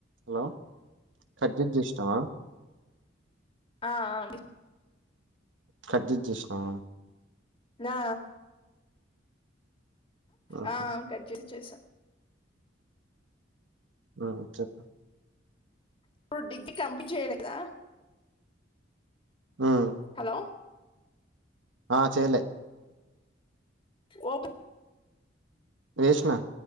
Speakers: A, on the right; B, on the left.
A: Hello cut జేసఇ జేసనావా
B: ఆ ఆ
A: కట్ చేసఇ చేసినావా
B: రా
A: చెప్
B: ఆ ఆ కట్ చే చేసా
A: ఆ చెప్ప
B: ఇప్పుడు డిగ్రీ కంప చేయలేదా
A: ఉమ్,
B: హలో
A: ఆ చేయలే
B: ఓప్
A: వేష్నా